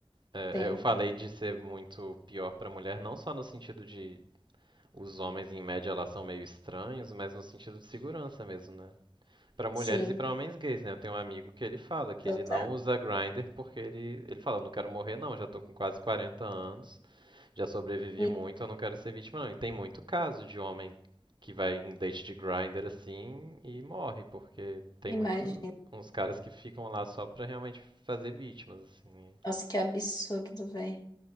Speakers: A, on the right (about 55°); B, on the left (about 45°).
A: é,
B: Tem.
A: eu falei de ser muito pior pra mulher, não só no sentido de os homens em média elas são meio estranhos, mas no sentido de segurança mesmo, né? Pra mulheres
B: Sim.
A: e pra homens gays, né? Eu tenho um amigo que ele fala que
B: Então
A: ele
B: tá.
A: não usa grinder porque ele, ele fala, eu não quero morrer não, já tô com quase 40 anos, já sobrevivi
B: E-
A: muito, eu não quero ser vítima não. E tem muito caso de homem que vai em date de grinder assim e morre, porque tem
B: Imagina.
A: muito uns caras que ficam lá só pra realmente fazer vítimas, assim.
B: Nossa, que absurdo, velho.